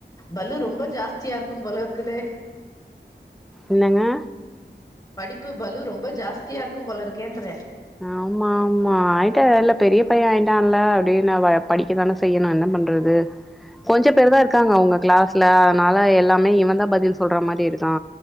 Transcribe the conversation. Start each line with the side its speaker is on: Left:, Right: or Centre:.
Left: பலு ரொம்ப ஜாஸ்தியா இருக்கும் போலருக்குது
Centre: என்னங்க
Left: படிப்பு பலு ரொம்ப ஜாஸ்தியா இருக்கும் போல இருக்கேன்ற
Centre: ஆமா ஆமா ஆயிட்டால்ல பெரிய பைய ஆயிட்டான்ல அப்டின் அவ படி க்கதான செய்யணு என்ன பண்றது கொஞ்ச பேருதா இருக்காங்க அவுங்க க்ளாஸ்ல அதனால எல்லாமே இவன்தா பதில் சொல்ற மாரி இருக்கா